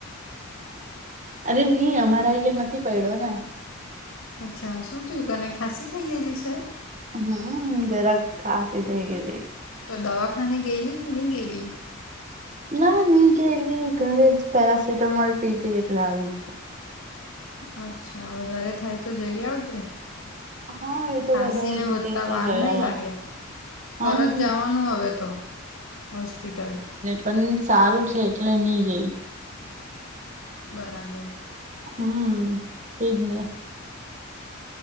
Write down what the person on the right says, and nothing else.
અરે ની, અમારે અહીંયા નથી પડ્યો ને.
હમ્મ. જરાક ખાંસી થઇ ગયેલી છ.
ના ની ગયેલી. ઘરે જ પેરાસિટામોલ પીધી એટલે આવી.
હા એ તો
વધારે થશે
તો
જઈ
આવાય
હમ
પન સારું છે એટલે ની ગઈ.
હમ્મ. ઈજ ને.